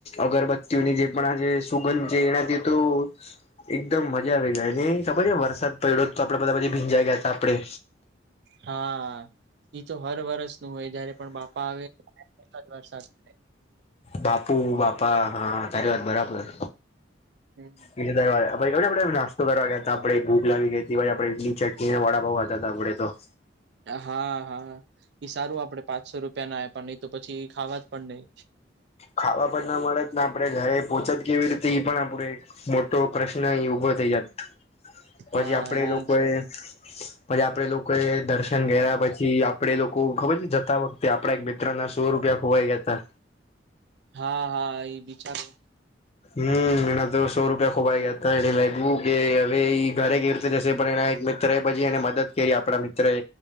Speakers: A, on the left; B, on the right.
A: અગરબત્તીઓની જે પણ આ જે સુગંધ જે એનાથી તો એકદમ મજા આવી ગય ને ખબર છે વરસાદ પડડ્યો ને પછી ભીંજાય ગયા તા આપડે.
B: હા ઈ તો હર વર્ષ નું હોય જયારે પણ બાપા આવે વરસાદ વરસાદ. થાય
A: બાપુ બાપા હા તારી વાત બરાબર.
B: હમ્મ
A: <unintelligible> નાસ્તો કરવા ગયા હતા આપણેે ભૂખ લાગી ગઈ હતી આપ ચકી વાડા પતા હતા આપડે તો.
B: હા હા સારું આપણેે પાંચસો રૂપિયા ના પણ નહી તો પછી એ ખાવા જ પણ નહી.
A: ખાવા પણ ના મળેત ને આપડણે ઘરે પોહોંચત કેવી રીતે પણ આપડે મોટો પ્રશ્ન અહી ઉઊભો થઈ જત પછી
B: હા
A: આપડે લોકો
B: એજ
A: એ પછી આપડે લોકો એ દર્શન કર્યા પછી આપડે લોકો ખબર છે જતા વખતે તે આપડા એક મિત્ર ના સો રૂપિયા ખોવાઈ ગયા હતા.
B: હા હા એ બીચાર
A: હમ્મ એના તો સો રૂપિયા ખોવાઈ ગયા હતા એને લાગ્યું કે હવે ઘરે કે રીતે જશે પણ એના મિત્ર એ પછી એને મદદ કરી આપડા મિત્ર એ